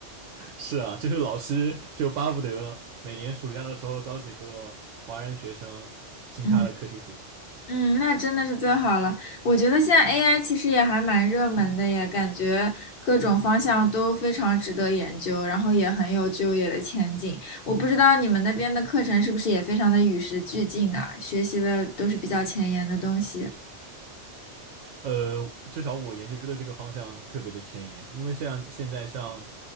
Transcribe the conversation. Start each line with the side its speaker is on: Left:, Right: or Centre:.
Right: 是啊，就是老师就巴不得每年暑假的时候招几个华人学生进他的课题组。
Left: 嗯。嗯，那真的是最好了。我觉得现在 AI 其实也还蛮热门的耶，感觉各种方向都非常值得研究，然后也很有就业的前景。我不知道你们那边的课程是不是也非常的与时俱进啊，学习的都是比较前沿的东西。
Right: 呃，至少我研究的这个方向特别的前沿，因为像现在像